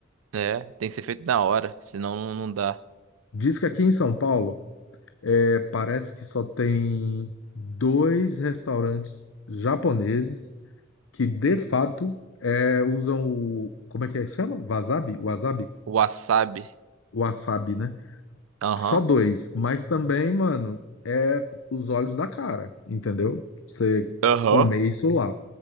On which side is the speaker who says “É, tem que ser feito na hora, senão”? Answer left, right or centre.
Right